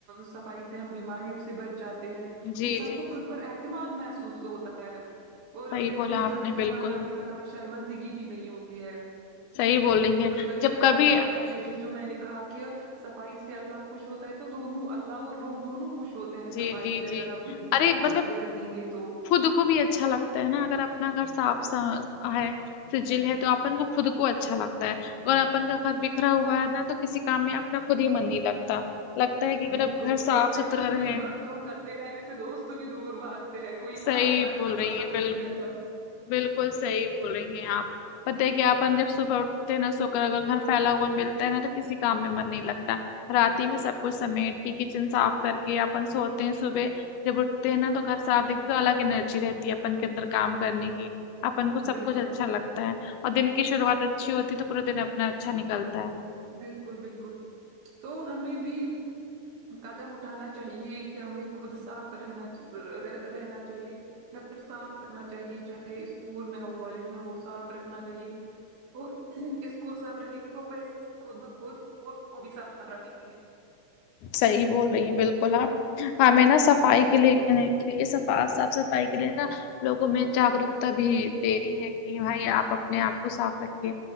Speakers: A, on the right (about 85°); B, on the left (about 80°).
A: صفائی سے ہم بیماری سے بچ جاتے ہیں
B: جی
A: انسان
B: جی
A: کو خود پر اعتماد محسوس ہوتا ہے اور
B: صحیح
A: ویسے
B: بولا آپ
A: جب
B: نے
A: مہمان
B: بالکل
A: آنے پر ہمیں شرمندگی بھی نہیں ہوتی ہوتی
B: صحیح بول رہی ہیں
A: مجھے لگتا
B: جب
A: ہے
B: کبھی
A: اپ پہلے جی جو میں نے کہا کہ صفائی سے اللہ خوش ہوتا ہے تو دونوں اللہ اور لوگ دونوں خوش ہوتے ہیں
B: جی
A: صفائی
B: جی
A: سے اگر
B: جی
A: آپ
B: ارے
A: صاف
B: مطلب
A: ستھرے رہیں گے تو
B: خود کو بھی اچھا لگتا ہے نا اگر اپنا گھر صاف ہے سجل ہے تو اپن کو خود کو اچھا لگتا ہے اور اپن کا گھر بکھرا ہوا ہے نا تو کسی کام میں اپنا خود ہی من نہیں لگتا لگتا ہے کہ اگر
A: بالکل
B: اب گھر
A: بالکل
B: صاف
A: اور ویسے
B: ستھرا
A: ایک
B: رہے
A: بات کہوں گندے رہنے سے دوست بھی دور بھاگتے ہیں کوئی
B: صحیح
A: پاس بیٹھنا
B: بول رہی
A: پسند
B: ہیں
A: بھی
B: بالکل
A: نہیں کرتا
B: بالکل صحیح بول رہی ہیں آپ پتا ہے کہ آپن جب صبح اٹھتے ہیں نا سو کر اگر گھر فیلا ہوا ملتا ہے نا تو کسی کام میں من نہیں لگتا راتی میں سب کچھ سمیٹ کے کچن صاف کر کے اپن سوتے ہیں صبے جب اٹھتے ہیں نا تو گھر صاف دیکھتے تو الگ انرجی رہتی ہے اپن کے اندر کام کرنے کی اپن کو سب
A: بالکل
B: کچھ اچھا لگتا ہے اور دن کی شروعات اچھی ہوتی ہے تو پورا دن اپنا اچھا نکلتا ہے
A: بالکل بالکل تو ہمیں بھی قدم اٹھانا چاہیے کہ ہمیں خود صاف رہنا رہ رہنا چاہیے گھر صاف رکھنا چاہیے چاہے اسکول میں ہو کالج میں وہ صاف رکھنا چاہیے اور اس کو صاف رکھیں گے تو ویسے خود بخود ملک کو بھی صاف رکھیں گے
B: صحیح بول رہی ہیں بالکل آپ ہمیں نا صفائی کے لیےنا صافا صفائی کے لیے نا لوگوں میں جاگروکتا بھی دینی ہے کی بھائی آپ اپنے آپ کو صاف رکھیے